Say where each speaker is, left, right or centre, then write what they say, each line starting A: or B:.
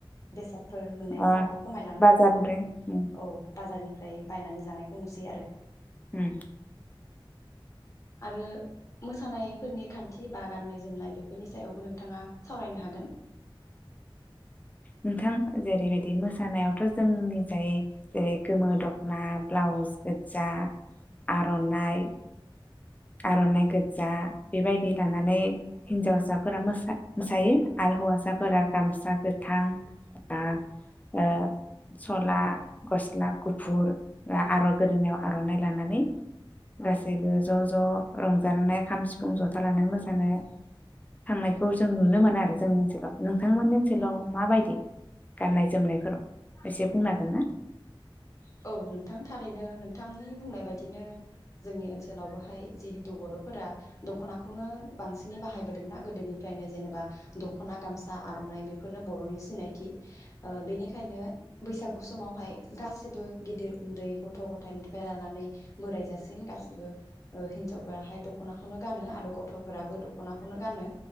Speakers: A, on the left; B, on the left.
A: बेसाद फोर मोननायफोराबो
B: अ
A: खमायलांबाय
B: बाजारनिफ्राय उम
A: औ बाजारनिफ्राय बायनानै जानायखौ नुसै आरो
B: उम
A: आरो मोसानायफोरनि खान्थि बा गाननाय जोमनाय बेफोरनि सायावबो नोंथाङा सावरायनो हागोन
B: नोंथां जेरैबायदि मोसानायावथ जोंनि जाय जेरै गोमो दखना ब्लाउस गोजा आरनाइ आरनाइ गोजा बेबायदि लानानै हिनजावसाफोरा मोसा मोसायो आरो हौवासाफोरा गामसा गो थां आ ओ सला गस्ला गुफुर आर गोदोनायाव आरनाइ लानानै गासैबो
A: औ
B: ज ज रंजानानै खाम सिफुं जथा लानानै मोसानो थांनायखौ जों नुनो मोनो आरो जोंनि ओनसोलाव नोंथांमोन हेलौ
A: नों
B: माबायदि। गाननाय जोमनायफोराव।
A: <unintelligible>
B: एसे बुंनो हागोन ना?
A: औ नोंथां थारैनो नोंथांनि बुंनाय बायदिनो जोंनि ओनसोलावबोहाय जिहेथु बरफोरा दखनाखौनो बांसिनै बाहायबोदोंना गोदोनिफ्रायनो जेनेबा दखना गामसा आरनाइ बेफोरनो बरनि सिनायथि ओ बेनि ओंखायनो बैसागु समावहाय गासिबो गिदिर उन्दै गथ गथायाइनिफ्राय लानानै बोराय जासिम गाासिबो ओ हिनजावफोराहाय दखनाखौनो गानो आरो गथफोराबो दखनाखौनो गानो।